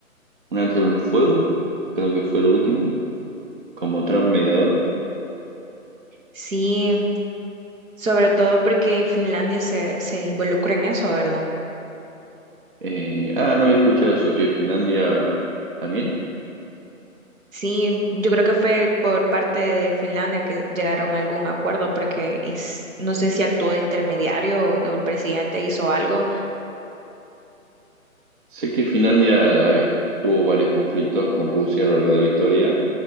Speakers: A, on the right; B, on the right.
A: un alto en fuego, creo que fue lo último, como Trump mediador.
B: Sí, sobre todo porque Finlandia se, se involucra en eso, ¿verdad?
A: Eh, ah, no había escuchado eso, que Finlandia también.
B: Sí, yo creo que fue por parte de Finlandia que llegaron a algún acuerdo porque is- no sé si actuó de intermediario o, o el presidente hizo algo.
A: Sé que Finlandia a tuvo varios conflictos con Rusia a lo largo de la historia